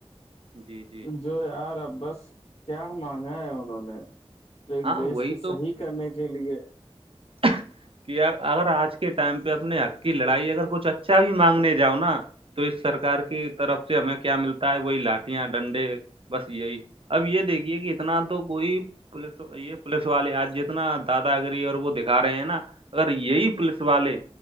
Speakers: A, on the right (about 60°); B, on the left (about 80°).
A: جی جی
B: جو یار اب بس کیا مانگا ہے انہوں نے ایک
A: ہاں
B: دیش
A: وہی
B: کو صحیح کرنے کے لیے
A: ہ کہ اگر آج کے ٹائم پہ اپنے حق کی لڑائی اگر کچھ اچھا بھی مانگنے جاؤ نا تو اس سرکار کی طرف سے ہمیں کیا ملتا ہے وہی لاٹیاں ڈنڈے بس یہی اب یہ دیکھیے کہ اتنا تو کوئی پولیس یہ پولیس والے آج جتنا دادا گری اور وہ دکھا رہے ہیں نا اگر یہی پولیس والے